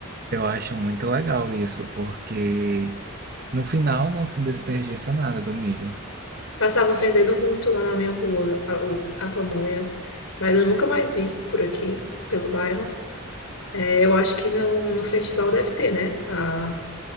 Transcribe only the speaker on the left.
Passava vendendo muito lá na minha rua a, o- a pamonha, mas eu nunca mais vi por aqui, pelo bairro. É, eu acho que no, no festival deve ter, né? Ah,